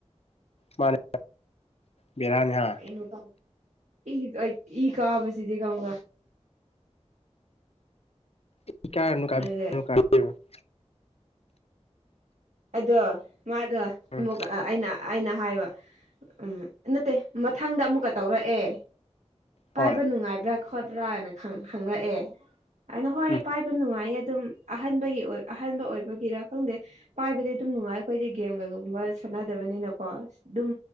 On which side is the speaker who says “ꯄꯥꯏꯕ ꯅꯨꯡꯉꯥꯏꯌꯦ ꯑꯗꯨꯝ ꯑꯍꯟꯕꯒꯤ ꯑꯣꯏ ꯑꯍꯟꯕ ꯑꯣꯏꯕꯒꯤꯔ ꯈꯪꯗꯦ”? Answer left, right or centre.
Right